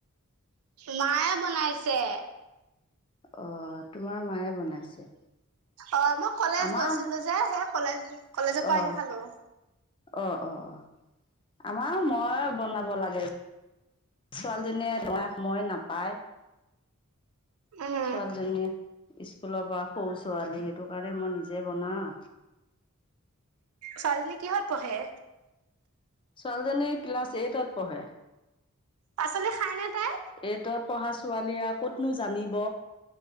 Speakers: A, on the right (about 80°); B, on the left (about 25°).
A: মায়ে বনাইছে।
B: অ' তোমাৰ মায়ে বনাইছে।
A: অ' মই কলেজ
B: আমাৰ
A: গৈছিলো যে সেই কলেজ কলেজৰ
B: অ
A: পৰা আহি খালো।
B: অ', অ' আমাৰো মই বনাব লাগে। ছোৱালীজনীয়ে <unintelligible> সময় নাপায়।
A: উম,
B: ছোৱালীজনী স্কুলৰ পৰা সৰু ছোৱালী সেইটো কাৰণে মই নিজে বনাও।
A: ছোৱালীজনী কিহত পঢ়ে?
B: ছোৱালীজনী ক্লাছ এইটত পঢ়ে।
A: পাচলি খায়নে তাই?
B: এইটত পঢ়া ছোৱালীয়ে ক'তনো জানিব।